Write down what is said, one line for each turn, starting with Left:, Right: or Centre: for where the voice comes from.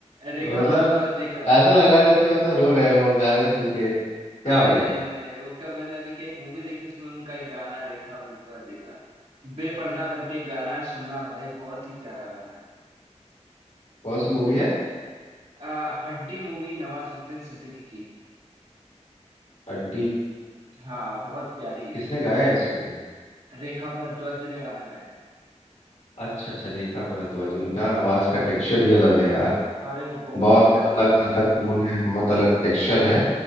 Right: रेखा
Left: मतलब
Right: भारद्वाज जी का
Left: ऐसा लग रहा है जैसे मतलब रो रहे हो गाने सुन के क्या
Right: अरे
Left: हो गया
Right: नहीं नहीं वो क्या मैंने अभी क्या एक मूवी देखी उसमें उनका एक गाना है रेखा भारद्वाज जी का बेपर्दा करके एक गाना है सुनना भाई बहुत ही प्यारा गाना है
Left: कौन सी मूवी है
Right: अ, हड्डी मूवी नवाजुद्दीन सिद्दीकी की
Left: अड्डी
Right: हाँ बहुत प्यारी है
Left: किसने गाया है इसको
Right: रेखा भारद्वाज जी ने गाना गाया है
Left: अच्छा अच्छा रेखा भारद्वाज उनका आवाज का टेक्सचर ही अलग है यार
Right: अरे बहुत
Left: बहुत
Right: प्यारी
Left: अलग
Right: आवाज
Left: अलग
Right: है भाई
Left: टोन है बहुत अलग टेक्सचर है